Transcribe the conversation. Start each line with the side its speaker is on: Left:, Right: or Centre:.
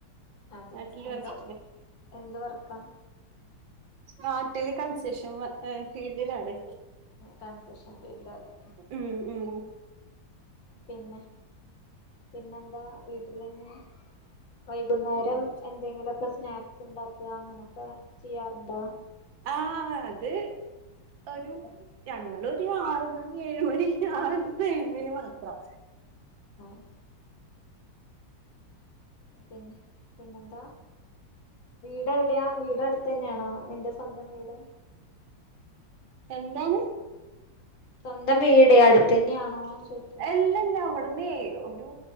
Left: അതെ
Right: നാട്ടിലറക്ക
Left: എന്താ എന്ത് വർക്ക.
Right: നാട്ടില് കൺസെക്ഷൻ ഫീൽഡിലാണ്.
Left: കൺസെക്ഷൻ ഫൽഡല്ലെ.
Right: ഉം ഉം
Left: പിന്നെ പിന്നെന്താ വീട്ടിലെന്നെ. വൈകുന്നേരം
Right: ബീച്ച്
Left: എന്തെങ്കിലൊക്കെ സ്നാക്സ് ഇണ്ടാക്ക. അങ്ങനെയൊക്കെ ചെയ്യാറുണ്ടോ?
Right: ആ അത് ഒരു ഞങ്ങള് ഒരു ആറ് മണി, ഏഴ് മണി, ആ ഒരു ടൈമില് മാത്രം.
Left: ആഹ് പിന്നെ പിന്നെന്താ. വീട് എവിടെയാ വീട് അടുത്തെന്നേണോ നിന്റെ സ്വന്തം വീട്.
Right: എന്താണ്.
Left: സ്വന്തം വീടെ. അടുത്തെന്നേണോ ചോയ്ക്ക?
Right: എല്ലല്ല. അവിട്ന്നെ ഒരു